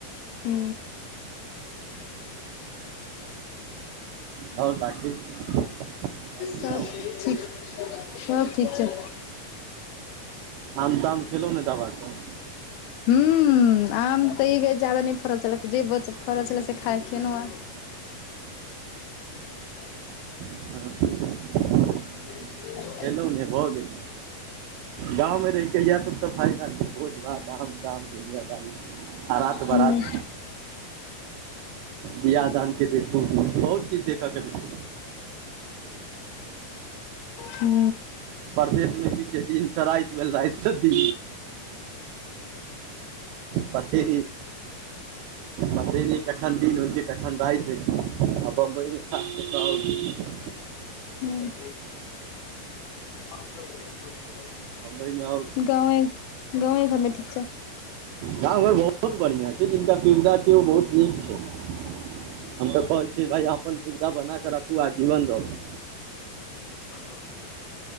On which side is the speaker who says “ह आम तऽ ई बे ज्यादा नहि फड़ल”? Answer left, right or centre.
Left